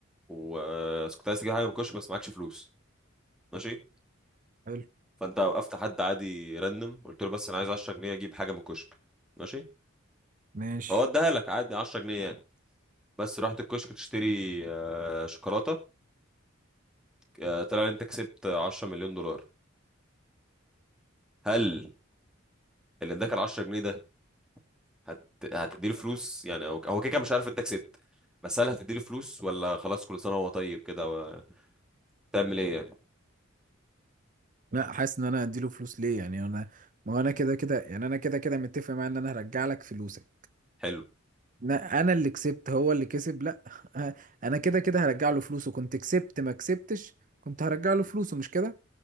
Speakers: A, in the centre; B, on the right.
A: وكنت عايز تجيب حاجه من الكشك بس معكش فلوس ماشي
B: حلو
A: فانت وقفت حد عادي راندم قلت له بس انا عايز 10 جنيه اجيب حاجه من الكشك ماشي
B: ماشي
A: فهو اداها لك عادي 10 جنيه يعني بس رحت الكشك تشتري آه، شوكولاته آه، طلع ان انت كسبت 10 مليون دولار هل اللي اداك ال 10 جنيه ده هت... هتديله فلوس يعني هو هو كده كده مش عارف انت كسبت بس هل هتديله فلوس ولا خلاص كل سنه وهو طيب كده و... تعمل ايه يعني
B: لا حاسس ان انا اديله فلوس ليه يعني انا ما هو انا كده كده يعني انا كده كده متفق معاه ان انا هرجع لك فلوسك
A: حلو
B: لا انا اللي كسبت هو اللي كسب لا <laughs> آه، انا كده كده هرجع له فلوسه كنت كسبت ما كسبتش كنت هرجع له فلوسه مش كده